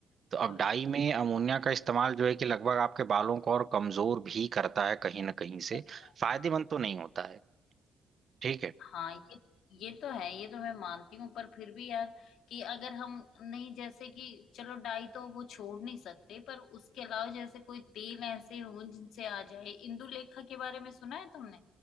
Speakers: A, on the right (about 45°); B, on the left (about 75°).
A: तो अब
B: बिल्कुल
A: डाई में अमोनिया का इस्तेमाल जो है कि लगभग आपके बालों को और कमजोर भी करता है कहीं ना कहीं से
B: करता है
A: फायदेमंद
B: हाँ।
A: तो नहीं होता है ठीक है
B: हाँ ये ये तो है ये तो मैं मानती हूँ पर फिर भी यार कि अगर हम नहीं जैसे कि चलो डाई तो वो छोड़ नहीं सकते पर उसके अलावा जैसे कोई तेल ऐसे हो जिनसे आ जाए इंदुलेखा के बारे में सुना है तुमने